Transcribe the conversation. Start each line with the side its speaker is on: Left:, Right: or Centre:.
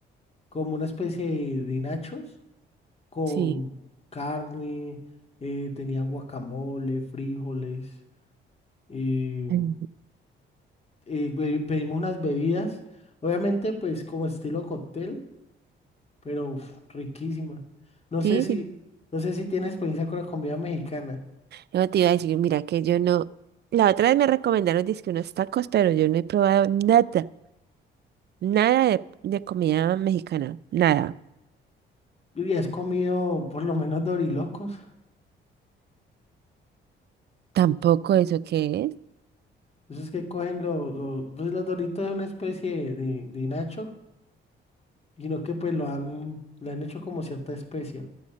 Left: como una especie de, de nachos con
Right: Sí.
Left: carne, eh, tenían guacamole, frijoles, eh,
Right: Mm.
Left: eh, pe- pedimos unas bebidas, obviamente pues como estilo cóctel, pero uf, riquísimas. No
Right: Sí,
Left: sé si,
Right: sí.
Left: no sé si tienes experiencia con la comida mexicana.
Right: No te iba a decir, mira, que yo no. La otra vez me recomendaron dizque unos tacos, pero yo no he probado nada. Nada de, de comida mexicana, nada.
Left: ¿Y has comido por lo menos dorilocos?
Right: Tampoco eso que es.
Left: esos que cogen los, los, pues los doritos es una especie de, de, de nacho y no que pues lo han, le han hecho como cierta especia.